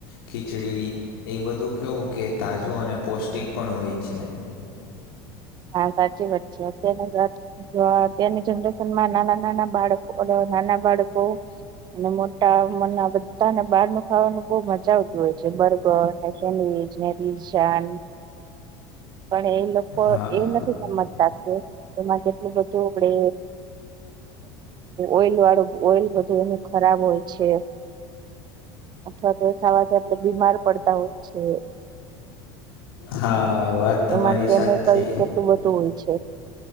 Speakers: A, on the left; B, on the right.
A: ખીચડી એ બધું કેવું કે તાજું અને પૌષ્ટિક પણ હોય છે.
B: હા સાચી વાત છે અત્યાર ના જો અત્યારની જનરેશન માં નાના નાના બાળકો નાના બાળકો અને મોટા મ ના બધા ને બહાર ન ખાવાનું બહ મજા આવ હોય છે બર્ગર સેન્ડવીચ પીઝા ને પણ એ લોકો
A: હા
B: એ નથી સમજ તા કે એમાં કેટલું બધું આપડે ઓઈલ વાળું ઓઈલ બધું એનું ખરાબ હોય છે. અથવા તો ખાવાથી આપણે બીમાર પડતા હોય છે.
A: હા વાત તમારી
B: એમાં કેમિકલ
A: સાચી
B: કેટલું બધું હોય છે.